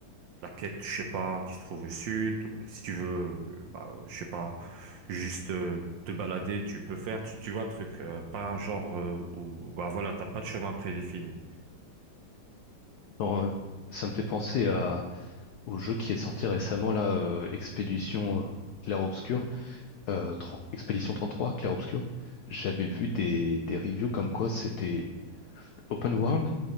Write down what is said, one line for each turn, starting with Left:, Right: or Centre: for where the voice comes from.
Right: la quête, je sais pas, qui se trouve au sud. euh, Si tu veux, euh, bah, je sais pas, juste euh, te balader, tu peux faire. Tu, tu vois le truc, euh, pas un genre euh, où bah voilà, t'as pas de chemin prédéfini.
Left: dans, euh, ça me fait penser à, au jeu qui est sorti récemment, là, euh, Expédition euh, Clair-Obscur. euh, tr- Expédition 33, Clair Obscur, j'avais vu des, des reviews comme quoi c'était open world.